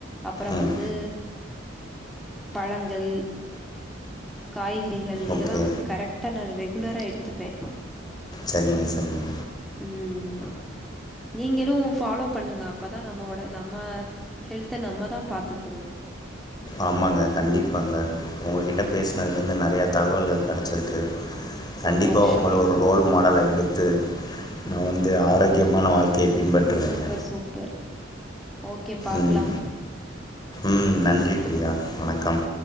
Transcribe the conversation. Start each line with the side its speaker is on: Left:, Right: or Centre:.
Centre: அப்றோம்
Left: ம்
Centre: வந்து பழங்கள் காய்கறிகள் இதல்லாம்
Left: ஓகே
Centre: வந்து கரெக்டா நா ரெகுலரா எடுத்துப்ப
Left: சரிங்க சரிங்க
Centre: ம் நீங்களும் ஃபாலோ பண்ணுங்க அப்பதா நம்மோட நம்ம ஹெல்த நம்ம தான் பாத்துக்குறோ
Left: ஆமாங்க கண்டிப்பாங்க உங்ககிட்ட
Centre: ம்.
Left: பேசினதுலருந்து நறையா தகவல்கள் கிடச்சிருக்கு கண்டிப்பா
Centre: சந்தோஷம்.
Left: உங்கள ஒரு ரோல் மாடலா எடுத்து நா வந்து ஆரோக்கியமான வாழ்க்கைய பின்பற்றுவங்க
Centre: சூப்பர் சூப்பர் ஓகே பாக்லாம்
Left: ம் ம் நன்றி பிரியா
Centre: ம் பாய் பாய்
Left: வணக்கம்
Centre: ம்